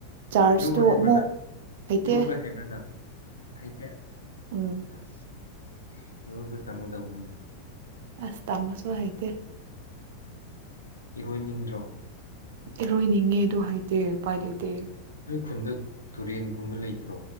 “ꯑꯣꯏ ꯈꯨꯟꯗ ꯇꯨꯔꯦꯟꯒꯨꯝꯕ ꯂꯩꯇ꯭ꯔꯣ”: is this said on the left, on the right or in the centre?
Left